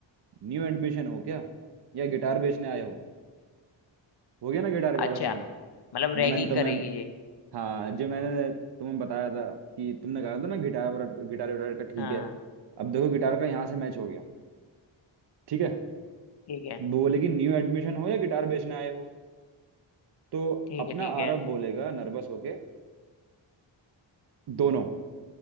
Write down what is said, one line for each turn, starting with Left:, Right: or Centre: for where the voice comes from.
Right: न्यू एडमिशन हो क्या या गिटार बेचने आए हो हो गया ना गिटार वाला
Left: अच्छा
Right: सीन
Left: मतलब
Right: जो
Left: रैगिंग
Right: मैंने तुम्हें
Left: करेगी ये
Right: हाँ जो मैंने तुम्हें बताया था कि तुमने कहा था ना गिटार वाला गिटार विटार का ठीक
Left: हाँ
Right: है अब देखो गिटार का यहाँ से मैच हो गया ठीक है
Left: ठीक है
Right: वो बोले कि न्यू एडमिशन हो या गिटार बेचने आए हो तो
Left: ठीक
Right: अपना
Left: है ठीक है
Right: आरव बोलेगा नर्वस होके दोनों